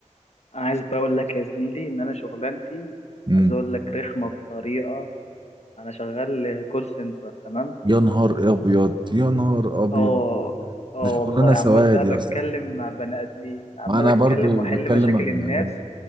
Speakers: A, on the left; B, on the right.
A: انا عايز بقى اقول لك يا زميلي ان انا شغلانتي
B: امم
A: عايز اقول لك رخمه بطريقه انا شغال كول سنتر تمام
B: يا نهار ابيض يا نهار ابيض
A: اه اه
B: دي شغلانه
A: والله
B: سواد
A: عمال بقى
B: يا
A: بتكلم
B: اسطى
A: مع بني ادمين عمال
B: ما انا
A: اتكلم
B: برضو
A: واحل
B: بتكلم
A: مشاكل
B: عن
A: الناس